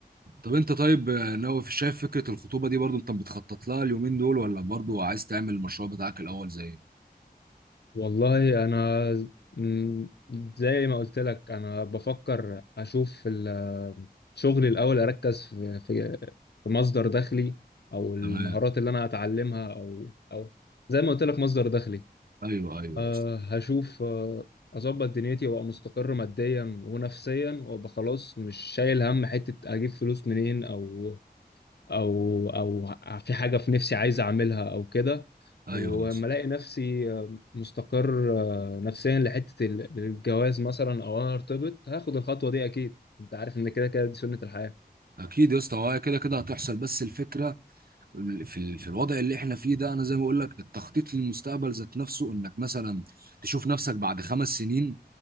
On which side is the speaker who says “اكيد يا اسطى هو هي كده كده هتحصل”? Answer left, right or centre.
Right